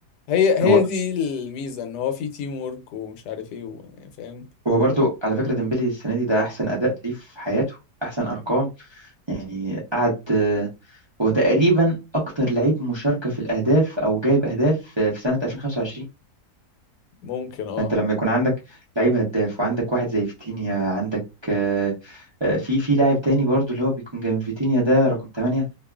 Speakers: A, on the left; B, on the right.
A: هي هي
B: هو
A: دي الميزة ان هو في تيم وورك ومش عارف ايه و- يعني فاهم
B: هو برضو على فكرة ديمبلي السنة دي ده احسن اداء ليه في حياته احسن ارقام يعني قعد هو تقريبا اكتر لعيب مشاركة في الاهداف او جايب اهداف في في سنة 2025
A: ممكن اه
B: فانت لما يكون عندك لعيب هداف وعندك واحد زي فيتينيا عندك آه، آه، في في لاعب تاني برضو اللي هو بيكون جنب فيتينيا ده رقم 8